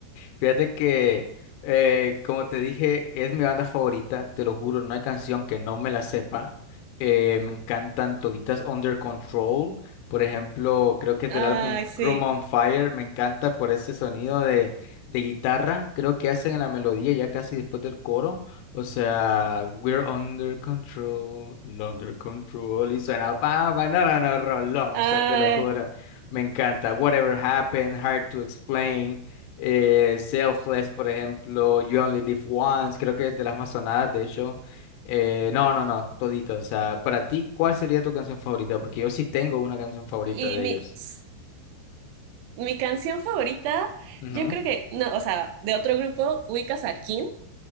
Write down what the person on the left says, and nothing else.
Fíjate que, eh, como te dije, es mi banda favorita, te lo juro, no hay canción que no me la sepa. Eh, me encantan toditas Under Control, por ejemplo, creo que es
del álbum
Room on Fire, me encanta por ese sonido de, de guitarra, creo que hacen en la melodía ya casi después del coro, o sea, We're Under Control, Under Control, y suena, pa, pa, no, no, no, rolón,
o sea, te lo juro, me encanta. Whatever Happened, Hard to Explain eh, Selfless, por ejemplo, You Only Live Once, creo que es de las más sonadas, de hecho. Eh, no, no, no, todito. O sea, para ti, ¿cuál sería tu canción favorita? Porque yo sí tengo una canción favorita
de
ellos.
Ujú.